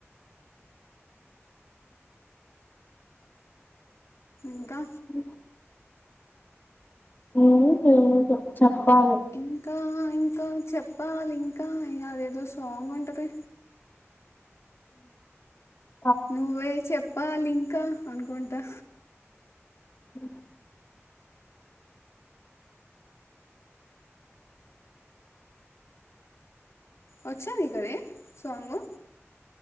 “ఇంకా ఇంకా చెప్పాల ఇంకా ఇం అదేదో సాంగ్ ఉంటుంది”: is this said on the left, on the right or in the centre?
Left